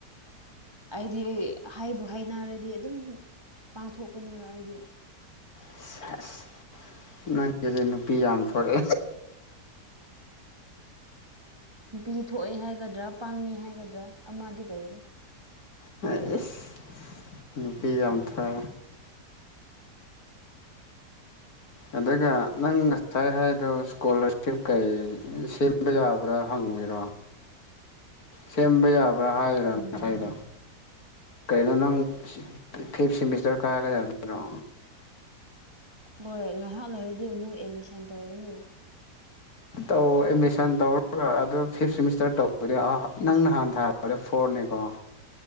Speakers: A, on the right; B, on the left.
A: ꯑꯩꯗꯤ ꯍꯥꯏꯕꯨ ꯍꯥꯏꯅꯔꯗꯤ ꯑꯗꯨꯝ ꯄꯥꯡꯊꯣꯛꯄꯅꯦꯕ ꯑꯩꯗꯤ
B: ꯁꯦꯁ ꯅꯪꯒꯤꯁꯦ ꯅꯨꯄꯤ ꯌꯥꯝ ꯊꯣꯛꯑꯦ
A: ꯅꯨꯄꯤ ꯊꯣꯛꯑꯦ ꯍꯥꯏꯒꯗ꯭ꯔꯥ ꯄꯥꯡꯉꯦ ꯍꯥꯏꯒꯗ꯭ꯔꯥ ꯑꯃꯥꯗꯤ ꯂꯩꯔꯦ
B: ꯍꯥꯏꯁ ꯅꯨꯄꯤ ꯌꯥꯝ ꯊꯣꯛꯑꯦ ꯑꯗꯨꯒ ꯅꯪ ꯉꯁꯥꯏ ꯍꯥꯏꯗꯣ ꯏꯁꯀꯣꯂꯔꯁꯤꯞ ꯀꯩ ꯁꯤꯝ ꯕ ꯌꯥꯕ꯭ꯔꯥ ꯍꯪꯉꯤꯔꯣ
A: <unintelligible>
B: ꯁꯦꯝꯕ ꯌꯥꯕ꯭ꯔꯥ ꯍꯥꯏꯔ
A: ꯎꯝ
B: ꯉꯁꯥꯏꯗꯣ ꯀꯩꯅꯣ ꯅꯪ ꯐꯤꯞ ꯁꯦꯃꯤꯁꯇꯔ ꯀꯥꯔꯒ ꯂꯩꯔꯝ ꯅꯠꯇ꯭ꯔꯣ
A: ꯍꯣꯏ ꯉꯥꯏꯍꯥꯛ ꯂꯩꯔꯗꯤ ꯑꯃꯨꯛ ꯑꯦꯗꯃꯤꯁꯟ ꯇꯧꯔꯅꯤ
B: ꯇꯧ ꯑꯦꯗꯃꯤꯁꯟ ꯇꯧꯔꯒ ꯑꯗꯨ ꯐꯤꯞ ꯁꯦꯃꯤꯁꯇꯔ ꯇꯧꯕꯗ ꯑ ꯅꯪ ꯅꯍꯥꯟ ꯊꯥꯔꯛꯄꯗꯣ ꯐꯣꯔꯅꯤꯀꯣ